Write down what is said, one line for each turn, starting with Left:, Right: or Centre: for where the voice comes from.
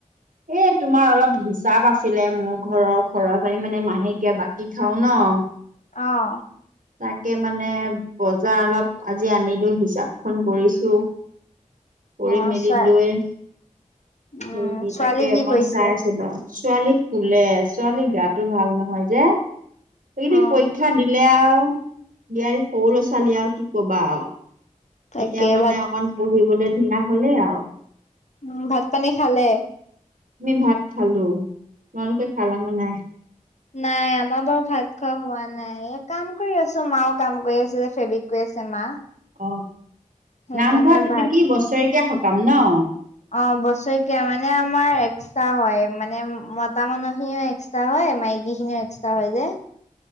Right: এ তোমাৰ অলপ হিচাপ আছিলে মোৰ ঘৰৰ খৰচ এহ মানে মাহেকীয়া বাকী খাও নহঁ <unintelligible> অহঁ
Left: অহঁ
Right: তাকে মানে বজাৰ অলপ আজি আনিলোঁ হিচাপখন কৰিছোঁ কৰি
Left: অ
Right: মেলি
Left: ছোৱা
Right: লৈ
Left: উম
Right: সে
Left: ছোৱালী
Right: তাকে
Left: কি
Right: অকণ
Left: কৰিছে
Right: চাই আছিলো ছোৱালী স্কুলে ছোৱালী গাটো ভাল নহয় যে সেইকেই
Left: অ
Right: পৰীক্ষা দিলে আৰু বিয়াৰ সৰু ল'ৰা ছোৱালী আৰু কি কবা আৰু
Left: তাকে
Right: এতিয়া মানে
Left: ভাত
Right: অকণ পঢ়িবলৈ ধিলা হলেই আৰু
Left: উম ভাত পানী খালে
Right: আমি ভাত খালো তোমালোকে খালানে নাই
Left: নাই আমাৰ বাৰু ভাত খোৱা হোৱা নাই এ কাম কৰি আছ মাও কাম কৰি আছে যে ফেব্ৰিক কৰি আছে মা
Right: অ
Left: সেইকাৰণে
Right: নামঘৰত এইটো
Left: ভাত
Right: কি বছৰেকীয়া সকাম ন
Left: অ বছৰেকীয়া মানে আমাৰ এক্সট্ৰা হয় মানে মতা মানুহে এক্সট্ৰা হয় মাইকি খিনিও এক্সট্ৰা হয় যায়